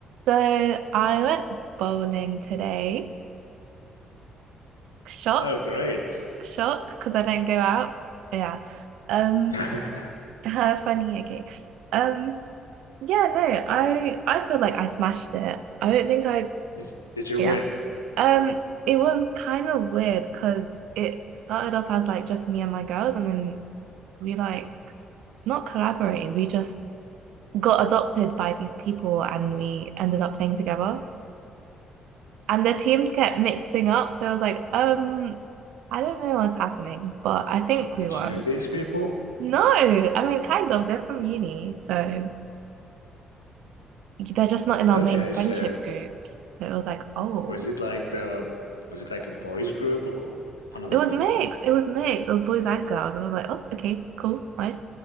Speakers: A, on the right; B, on the left.
A: So I went bowling today. Shock,
B: Oh, great.
A: shock, because I don't go out. Yeah. Um,
B: <laughs>
A: <laughs> funny, okay. Um, yeah, no, I I feel like I smashed it. I don't think I,
B: Did, did you
A: yeah.
B: win?
A: Um, it was kind of weird because it started off as like just me and my girls, and then we like not collaborated. We just got adopted by these people, and we ended up playing together. and the teams kept mixing up. So I was like, um, I don't know what's happening, but I think we
B: Did
A: won.
B: you know these people?
A: No, I mean, kind of. They're from uni, so they're just not in our
B: Okay,
A: main friendship
B: so
A: groups. So it was like, oh,
B: was it like the was it like a boys group or another
A: it was
B: girl
A: mixed.
B: group?
A: It was mixed. It was boys and girls, and I was like, oh, okay, cool, nice.